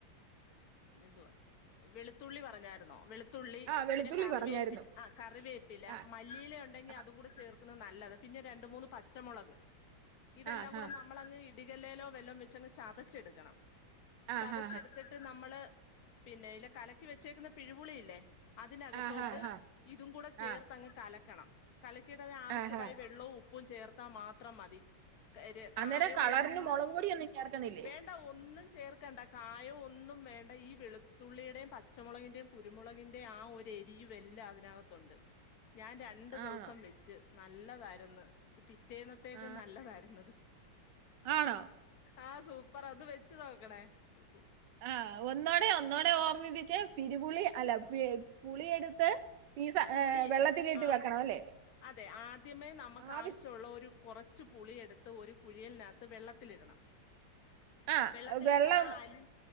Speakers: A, on the left; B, on the right.
A: പിന്നെന്തുവാ വെളുത്തുള്ളി പറഞ്ഞാര്ന്നോ വെളുത്തുള്ളി
B: ആ വെളുത്തുള്ളി
A: പിന്നെ കറിവേപ്പില
B: പറഞ്ഞായിരുന്നു
A: ആ കറിവേപ്പ് പ്പില
B: ആ
A: മല്ലിയില ണ്ടെങ്കി
B: ആ
A: അതും കൂടെ ചേർക്കുന്നത് നല്ലത പിന്നെ രണ്ട് മൂന്ന് പച്ചമൊളക് ഇതെല്ലാകൂടെ
B: ആ ആ
A: നമ്മളങ്ങ് ഇടികല്ലേലോ വെല്ലം വെച്ചങ്ങ് ചതച്ചെടുക്കണം
B: ആ ആ
A: ചതച്ചെടുത്തിട്ട്
B: ആ
A: നമ്മള് പിന്നെ ല് കലക്കി വെച്ചേക്കുന്ന പിഴ് പുളിയില്ലേ അതിനകത്തോട്ട്
B: ആ ആ ആ
A: ഇതുകൂടെ ചേർത്തങ്ങ്
B: ആ
A: കല കണം കലക്കീട്ടത് നാവിശ്യമായ
B: ആ ആ
A: വെള്ളവും ഉപ്പും ചേർത്താ മാത്രം മതി കര്
B: അന്നേരം
A: കായവൊന്നും
B: കളറിന് മുളക് പൊടിയൊന്നും ചേർക്കുന്നില്ലേ
A: വേണ്ട ഒന്നും ചേർക്കണ്ട കായവും ഒന്ന് ന്നും വേണ്ട ഈ വെളുത്തുള്ളിയടെയും പച്ചമുളകിന്റേം കുരുമുളകിന്റേം ആ ഒരു എരിയും വെല്ലാം അതിനകത്ത് ത്തുണ്ട് ഞാൻ ര ണ്ട്
B: ആണോ
A: ദിവസം വെച്ച് നല്ലതായ്ര്ന്നു പിറ്റേന്നത്തേക്കും
B: ആ
A: നല്ലതായിര്ന്നത്
B: ആണോ
A: ആ സൂപ്പറാ ന്ന് വെച്ച് നോക്കണേ സൂ
B: ആ ഒന്നോടെ ഒന്നോടെ ഓർമിപ്പിച്ചെ പിഴ്പുളി അല്ല പുളിയെടുത്ത് പീസ
A: പുളി
B: വെള്ളത്തില് ഇട്ട്
A: ആ
B: വെക്കണം അല്ലേ?
A: അതെ ആദ്യമേ നമ്മക്ക്
B: ആവി
A: ആവശ്യമുള്ള ഒരു കുറച്ച് പുളിയെടുത്ത് ഒരു കുഴിയലിനകത്ത് വെള്ളത്തിലിടണം
B: ആ
A: വെള്ളത്തിലിട്ടത്
B: വെള്ളം
A: അത് അലി